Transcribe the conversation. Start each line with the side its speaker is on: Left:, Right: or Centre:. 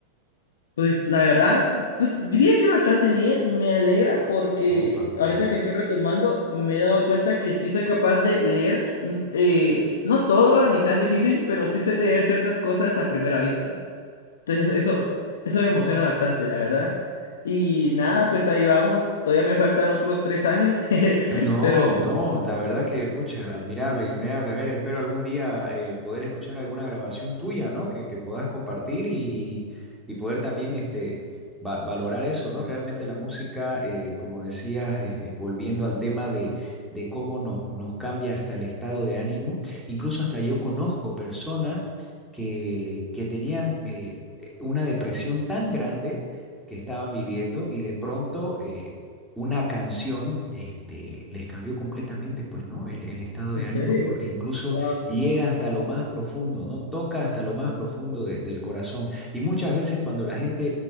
Left: Pues la verdad, pues diría que bastante bien, me alegra porque
Centre: Opa.
Left: ahorita que estoy retomando me he dado cuenta que sí soy capaz de leer, mm, eh, no todo ni tan difícil, pero sí sé leer ciertas cosas a primera vista. Entonces eso, eso me emociona bastante, la verdad. Y nada, pues ahí vamos, todavía me faltan otros tres años, <laughs>
Centre: No,
Left: pero...
Centre: no, la verdad que, pucha, admirable, admirable. A ver, espero algún día eh, poder escuchar alguna grabación tuya, ¿no? Que, que puedas compartir y, y- y poder también este, va- valorar eso, ¿no? Realmente la música, eh, como decías, eh, eh, volviendo al tema de, de cómo nos, nos cambia hasta el estado de ánimo, incluso hasta yo
Left: Sí,
Centre: conozco personas que, que tenían eh, eh, una depresión tan grande que estaban viviendo y de pronto... eh, una canción este, les cambió completamente, pues, ¿no? El, el estado de
Left: ¿En
Centre: ánimo,
Left: serio?
Centre: porque incluso
Left: Wow.
Centre: llega hasta lo más profundo, ¿no? Toca hasta lo más profundo de- del corazón. Y muchas veces cuando la gente